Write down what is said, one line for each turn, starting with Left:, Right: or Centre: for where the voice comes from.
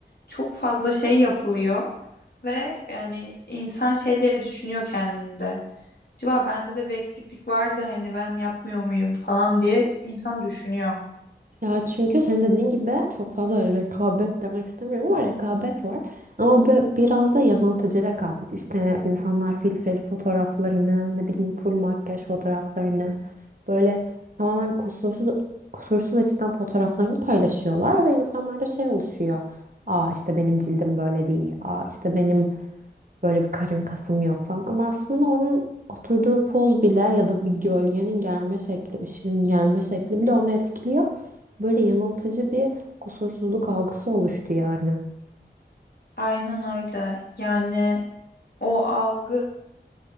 Left: çok fazla şey yapılıyor ve yani insan şey diye düşünüyor kendinde. Acaba bende de bir eksiklik var da hani ben yapmıyor muyum falan diye insan düşünüyor.
Right: Ya çünkü senin dediğin gibi çok fazla rekabet demek istemiyorum ama rekabet var. Ama bi- biraz da yanıltıcı rekabet. İşte insanlar filtreli fotoğraflarını, ne bileyim full makyaj fotoğraflarını böyle tamamen kusursuz kusursuz açıdan fotoğraflarını paylaşıyorlar ve insanlarda şey oluşuyor. Aa işte benim cildim böyle değil. Aa işte benim Böyle bir karın kasım yok falan. Ama aslında onun oturduğu poz bile ya da bir gölgenin gelme şekli, ışığın gelme şekli bile onu etkiliyor. Böyle yanıltıcı bir kusursuzluk algısı oluştu yani.
Left: Aynen öyle. Yani o algı